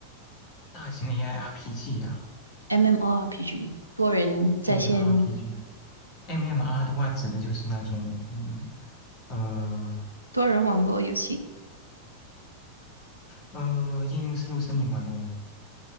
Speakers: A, on the left (about 40°); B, on the left (about 90°).
A: 大型 AIRPG 啊、
B: ？MMORPG 多人在线
A: m m r p g MMR 的话指的就是那种，嗯。呃，
B: 多人网络游戏，
A: 呃，夜云十六声你玩过吗？